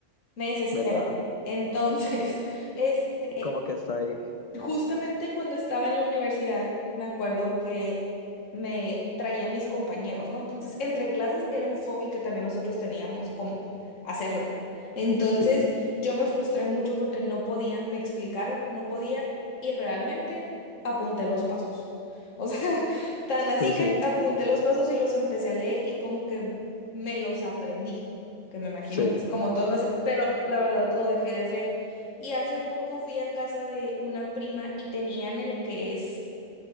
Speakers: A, on the left (about 80°); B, on the left (about 55°).
A: me desespero.
B: ¿verdad?
A: Entonces, <laughs> este,
B: Como que está ahí.
A: Justamente cuando estaba en la universidad, me acuerdo que me traían mis compañeros, ¿no? Entonces, entre clases era un hobby que también nosotros teníamos como hacerlo. Entonces,
B: Sí,
A: yo me frustré mucho porque no podía, me explicaron, no podía y realmente apunté los pasos. O sea, <laughs> tan así
B: sí,
A: que
B: sí,
A: apunté los pasos y los empecé a leer y como que me los aprendí, que me imagino
B: sí.
A: que es como todos los, pero la verdad lo dejé de hacer y hace poco fui a casa de una prima y tenían el que es,